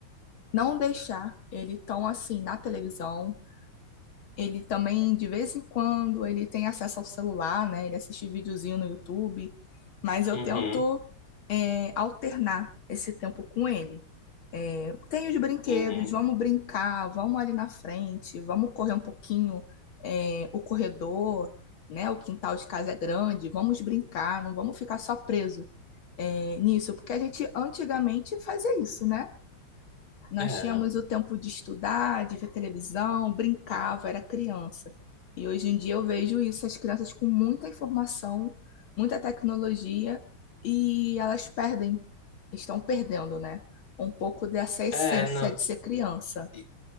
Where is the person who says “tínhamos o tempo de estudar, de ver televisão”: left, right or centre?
Left